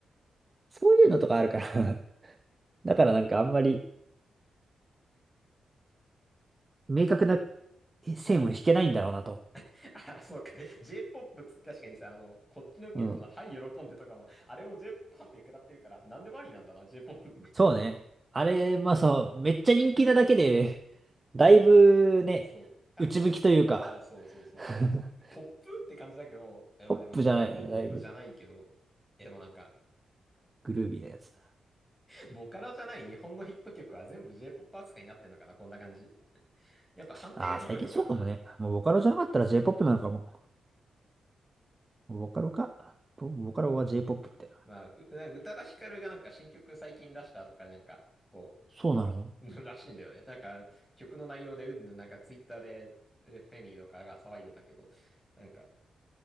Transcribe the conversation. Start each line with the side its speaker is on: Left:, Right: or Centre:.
Right: そういうのとかあるから <laughs> だからなんかあんまり、明確な線を引けないんだろうなと。
Centre: <laughs> あ、そうか。J-POP って確かにさ、あの、こっちの件との、
Right: うん
Centre: はい、喜んでとかも、あれも J-POP 判定食らってるから、なんでもありなんだな、J-POP っ
Right: そうね。あれ、まあそう、めっちゃ人気なだけで、<laughs> だいぶね、
Centre: て。そう。あ
Right: 内向きというか、
Centre: まあ、そうそうそ
Right: <laughs>
Centre: う。ポップって感じだけど、え、まあでも、
Right: ポップじゃないよね。
Centre: ポップじゃないけど、
Right: だいぶ
Centre: え、でもなんか、
Right: グルービーなやつ。
Centre: ボカロじゃない日本のヒット曲は全部 J-POP 扱いになってんのかな、こんな感じ。やっぱ判定が広いのかな。
Right: ああ、最近そうかもね。もうボカロじゃなかったら j ポップなのかも。ボカロか。ボ、ボカロは j ポップみたいな。
Centre: まあ、うなんか宇多田ヒカルがなんか新曲最近出したとかでなんか、こ
Right: そうなの
Centre: う、<laughs> らしいんだよね。なんか、曲の内容でうんぬん、なんかツイッターで、えフェミとかが騒いでたけど、なんか、